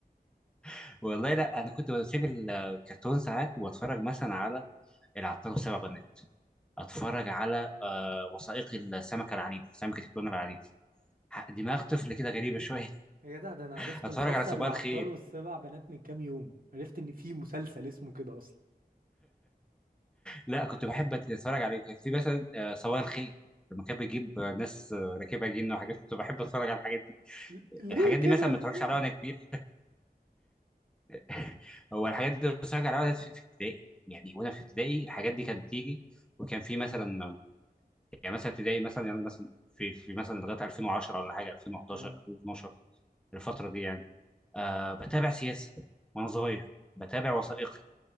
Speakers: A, in the centre; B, on the right.
A: <laughs> والله لا انا كنت بسيب الكرتون ساعات واتفرج مثلا على العطار وسبع بنات اتفرج على آه وثائقي السمكة العنيدة سمكة التونة العنيدة ح- دماغ طفل كده غريبة شوية
B: يا جدع ده انا
A: <laughs>
B: عرفت
A: اتفرج
B: مسلسل
A: على صباح
B: العطار
A: الخير
B: والسبع بنات من كام يوم عرفت ان في مسلسل اسمه كده اصلا
A: لا كنت بحب اتفرج عليه كان في مثلا آه، صباح الخير لما كان بيجيب آه، ناس آه، راكبه جن وحاجات كنت بحب اتفرج على الحاجات دي
B: ل- ليه
A: الحاجات دي
B: كده
A: مثلا ما اتفرجش
B: ليه
A: عليها وانا كبير <laughs> هو الحاجات دي بتفرج عليها وانا في في ابتدائي يعني وانا في ابتدائي الحاجات دي كانت بتيجي وكان في مثلا يعني مثلا ابتدائي مثلا يعني مثلا في في مثلا لغايه 2010 ولا حاجه 2011
B: اه
A: 2012 الفتره دي يعني آه بتابع سياسه وانا صغير بتابع وثائقي